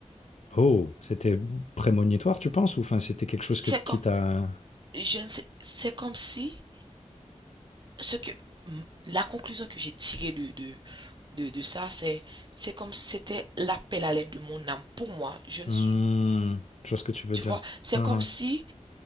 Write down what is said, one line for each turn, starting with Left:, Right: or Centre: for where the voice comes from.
Left: Oh, c'était prémonitoire, tu penses? Ou enfin, c'était quelque chose que,
Right: C'est
Left: qui
Right: comme,
Left: t'a.
Right: je ne sais, c'est comme si ce que, la conclusion que j'ai tirée de, de, de, de ça, c'est, c'est comme si c'était l'appel à l'aide de mon âme. Pour moi, je ne
Left: Hmm,
Right: suis,
Left: je vois ce que tu veux
Right: tu
Left: dire.
Right: vois, c'est
Left: Mhm.
Right: comme si